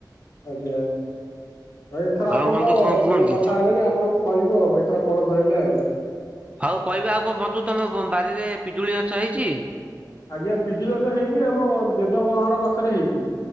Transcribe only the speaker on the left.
ଆଜ୍ଞା ଆଉ ଏଥର
ଆପଣ
ତ
କୁ କଥା ହେଲେଣିି ଆପଣଙ୍କୁ କହିବୁ ଆଉ ଏଥର ପଣସ ହେଲେ ଆଉ।
ଆଜ୍ଞା ପିଜୁଳି ଗଛ ହେଇନି ଆମ ଜେଜଙ୍କ ଘର ଗଛରେ ହେଇଛି।